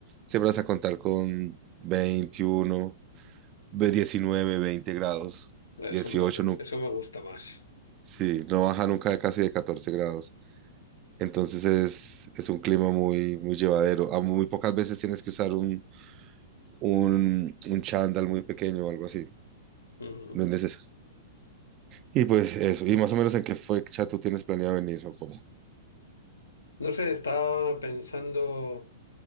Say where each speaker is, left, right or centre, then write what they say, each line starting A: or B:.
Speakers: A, on the right; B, on the left.
A: Siempre vas a contar con 21 ve- 19 20 grados,
B: eso
A: 18
B: me,
A: no,
B: eso me gusta más.
A: sí, no baja nunca de casi de 14 grados. Entonces es, es un clima muy, muy llevadero. A muy pocas veces tienes que usar un, un, un chándal muy pequeño o algo así.
B: Ujú.
A: No es necesario. Y pues eso. ¿Y más o menos en qué fecha tú tienes planeado venir o cómo?
B: No sé, estaba pensando.